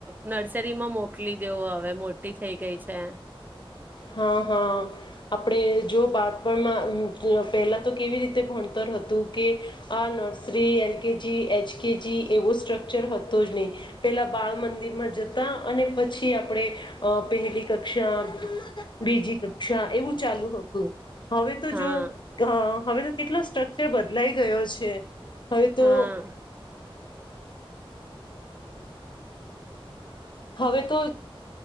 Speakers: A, on the right; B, on the left.
A: નર્સરીમાં મોકલી દેવ હવે મોટી થઈ ગઈ છે.
B: હ હ આપણે જો બાળપણમાં પહેલાં તો કેવી રીતે ભણતર હતું કે આ nursery L K G H K G એવો સ્ટ્રક્ચર હતો જ નહીં પહેલાં બાળ મંદિરમાં જતા અને પછી આપણે પહેલી કક્ષા બીજી કક્ષા એવું ચાલુ હતું. હવે તો
A: હા
B: જો હવે તો કેટલો સ્ટ્રકચર બદલાઈ ગયો છે. હવેતો
A: હા
B: હવે તો